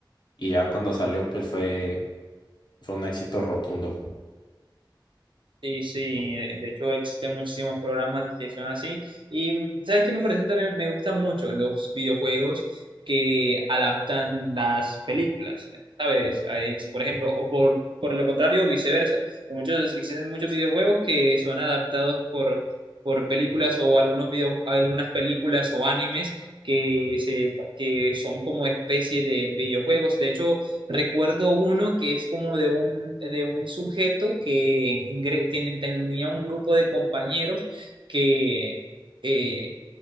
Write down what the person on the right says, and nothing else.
Sí, sí, eh, de hecho existen muchísimos programas que son así. Y ¿sabes qué me parece también? Me gustan mucho los videojuegos que adaptan las películas, ¿sabes? Hay ex- Por ejemplo, o por, por lo contrario, viceversa. Hay muchos, existen muchos videojuegos que son adaptados por, por películas o algunos video, algunas películas o animes que, se, que son como especie de videojuegos. De hecho, Recuerdo uno que es como de un, de un sujeto que ingre- tiene- tenía un grupo de compañeros que... eh,